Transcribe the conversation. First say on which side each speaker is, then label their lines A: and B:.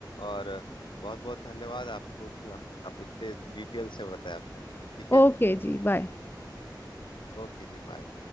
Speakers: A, on the left; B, on the left.
A: और बहुत बहुत धन्यवाद आपको कि आप आप इतने डिटेल से बताया आपने ठीक है
B: ओके जी बाय
A: ओके जी बाय